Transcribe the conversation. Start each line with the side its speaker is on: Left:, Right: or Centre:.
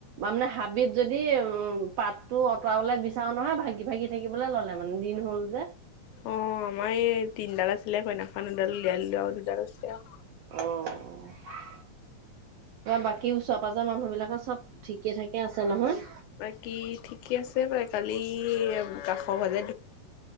Right: মানে হাবিত যদি এ উম পাতটো অঁতৰাবলৈ বিচাৰো নহয় ভাগি ভাগি থাকিবলৈ ললে মানে দিন হ'ল যে।
Left: অ আমাৰ এই তিনডাল আছিলে সৈইদিনাখন এডাল উলিয়াই দিলোঁ আৰু দুডাল আছে আৰু।
Right: <unintelligible> বাকী ওচৰ-পাজৰ মানুহ বিলাকৰ চব ঠিকে থাকে আছে নহয়?
Left: <unintelligible> সৰুজনী মাকৰ ঘৰলে